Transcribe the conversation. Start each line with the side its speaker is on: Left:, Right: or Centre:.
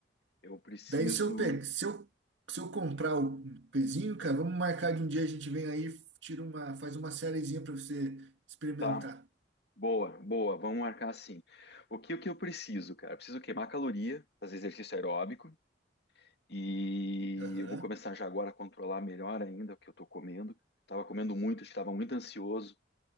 Left: eu preciso,
Right: Daí se eu pegar, se eu, se eu comprar o pezinho, cara, vamos marcar de um dia a gente vem aí, tira uma, faz uma sériezinha para você experimentar.
Left: tá? Boa, boa, vamos marcar assim. O que, o que eu preciso, cara? Eu preciso queimar caloria, fazer exercício aeróbico e
Right: Aham.
Left: eu vou começar já agora a controlar melhor ainda o que eu tô comendo. Tava comendo muito, estava muito ansioso,